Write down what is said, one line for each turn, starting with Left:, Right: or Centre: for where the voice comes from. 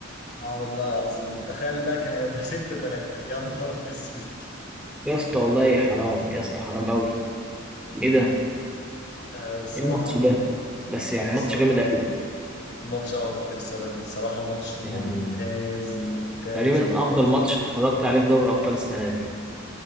Left: اه والله العظيم تخيل بقى كان هيبقى <laughs> 6 3 يا نهار اسود
Centre: يا اسطى والله حرام يا اسطى حرام قوي ايه ده
Left: آه الصراحه
Centre: ايه الماتش ده بس يعني
Left: الصراحه
Centre: ماتش جامد قوي
Left: ماتش اه كنت لسه هقول لك كده. الصراحه ماتش ممتاز
Centre: يعني
Left: ممتاز
Centre: تقريبا
Left: ممتاز
Centre: افضل ماتش اتفرجت عليه في دوري الابطال السنه دي